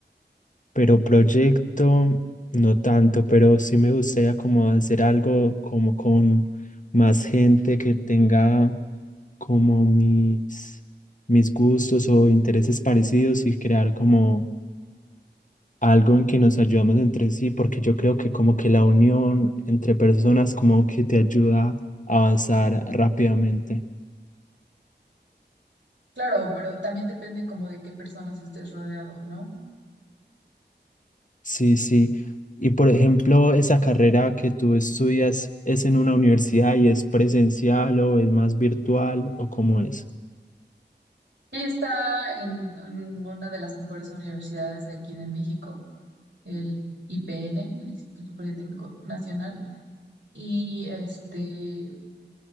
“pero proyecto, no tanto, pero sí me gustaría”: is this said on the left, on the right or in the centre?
Left